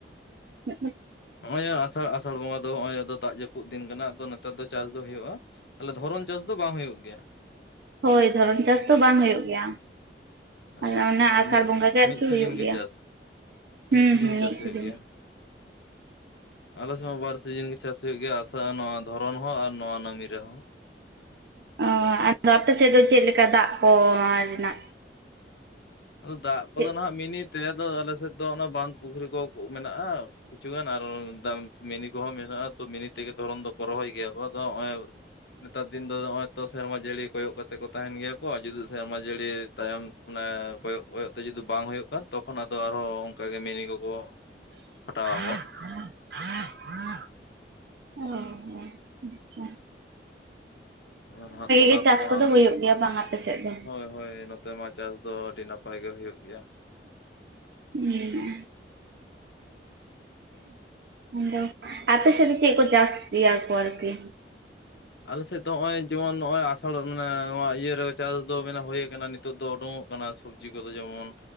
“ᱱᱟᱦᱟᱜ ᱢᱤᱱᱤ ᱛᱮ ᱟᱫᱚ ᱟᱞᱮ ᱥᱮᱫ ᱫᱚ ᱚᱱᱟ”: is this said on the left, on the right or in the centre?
Left